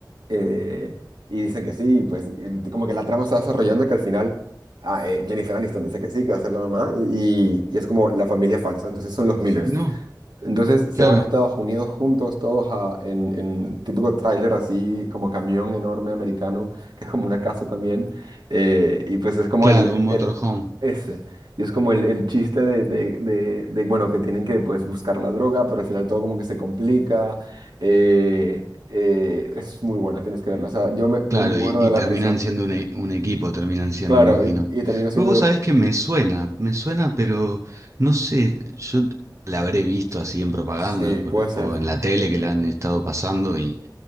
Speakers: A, on the right; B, on the right.
A: eh, y dicen que sí, pues en- como que la trama se va desarrollando que al final ah, eh, Jennifer Aniston dice que sí, que va a ser la mamá y, y es como la familia falsa, entonces son los Millers.
B: no,
A: Entonces se
B: claro,
A: van a Estados Unidos juntos, todos a- en, en típico tráiler así, como camión enorme americano, que es como una casa también. eh, y pues es como
B: claro,
A: el,
B: un motorhome.
A: el- ese. Y es como el, el chiste de, de- de- de, bueno, que tienen que pues buscar la droga, pero al final todo como que se complica. eh, eh, es muy buena, tienes que verla. O sea, yo me,
B: Claro,
A: me muero
B: y, y
A: de la
B: terminan
A: risa.
B: siendo un, e- un equipo, terminan siendo,
A: Claro,
B: imagino.
A: y, y termino siendo...
B: Pero vos sabés que me suena, me suena, pero no sé, yo la habré visto así en propaganda
A: Sí,
B: por-
A: puede ser,
B: o en la tele que la han estado pasando y